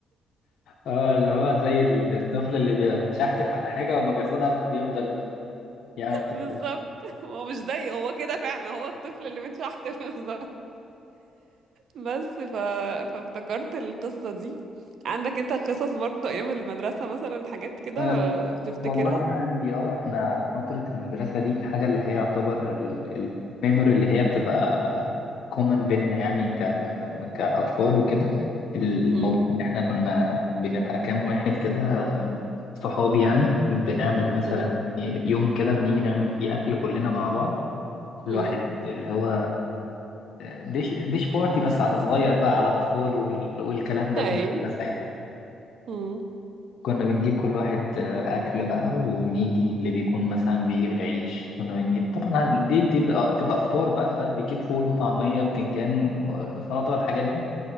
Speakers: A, on the left; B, on the right.
A: اه اللي هو زي الطفل اللي بيبقى متشحتف على حاجه وما بياخدها بقى بيفضل يعمل كده
B: بالظبط هو مش زيه هو كده فعلا هو الطفل اللي متشحت <laughs> بالظبط بس ف... فافتكرت القصة دي عندك انت قصص برضو ايام المدرسة مثلا حاجات كده
A: آه،
B: بتفتكرها
A: والله عندي اه احنا فترة المدرسة دي الحاجة اللي هي يعتبر الميموري اللي هي بتبقى كومن بينا يعني ك... كأطفال وكده الموضوع
B: امم
A: ان احنا كنا بنبقى كام واحد كده صحاب يعني بنعمل مثلا
B: امم
A: يوم كده بنيجي نعمل فيه أكل كلنا مع بعض كل
B: امم
A: واحد اللي هو ديش ديش بارتي بس على صغير بقى على أطفال وال... والكلام ده
B: اي
A: في المدرسة يعني
B: امم
A: كنا بنجيب كل واحد آه، أكل بقى وبنيجي اللي بيكون مثلا بيجيب العيش كنا بنجيب طبعا دي بتبقى بتبقى بتبقى فطار بقى فاللي بيجيب فول وطعمية بتنجان وسلطة والحاجات دي